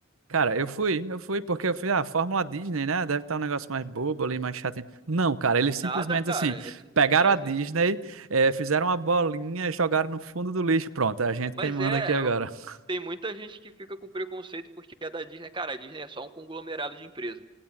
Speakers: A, on the right; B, on the right.
A: Cara, eu fui, eu fui, porque eu fui, ah, Fórmula Disney, né? Deve estar um negócio mais bobo ali, mais chato. Não, cara, eles simplesmente
B: Nada, cara.
A: assim,
B: isso
A: pegaram
B: não é-
A: a Disney, eh, fizeram uma bolinha, jogaram no fundo do lixo. Pronto, é a gente quem
B: Mas
A: manda
B: é,
A: aqui agora.
B: eu-
A: <laughs>
B: tem muita gente que fica com preconceito porque é da Disney. Cara, a Disney é só um conglomerado de empresa.